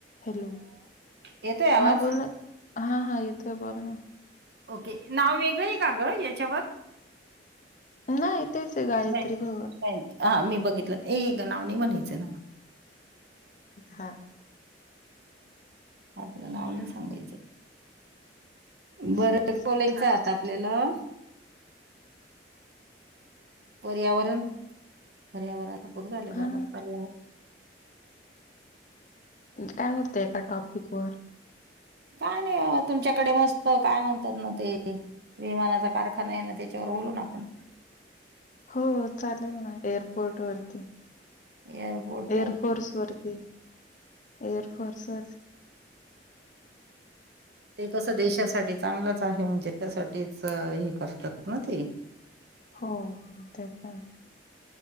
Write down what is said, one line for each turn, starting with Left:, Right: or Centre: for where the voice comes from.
Left: Hello
Right: येतोय आवाज?
Left: हा बोला हा हा यथोय बोल ना
Right: ओके नाव वेगळं आहे का ग याच्यावर
Left: नाही तेच गायत्री
Right: नाही
Left: बघ
Right: नाही नाही हा मी बघितलं ए ग नाव नाही म्हणायचं ना
Left: हा
Right: आपला लावला सांगायचं बरं
Left: सॉरी सॉरी
Right: बोलायचं आता आपल्याला पर्यावरण पर्यावरणातपूर झाले
Left: हा
Right: बाबा पर्यावरण
Left: काय होतं एका टॉपिक वर
Right: काय नाही तुमच्याकडे मस्त काय म्हणतात ना ते विमानाचा कारखाना आहे ना त्याच्यावर बोलून आपण
Left: हो चालेल ना एअरपोर्ट वरती
Right: एअरपोर्ट नाही
Left: एअरफोर्स वरती एअरफोर्स वर
Right: ते कसं देशासाठी चांगलंच आहे म्हणजे त्या त्यासाठीच हे करतात ना ते
Left: हो ते पण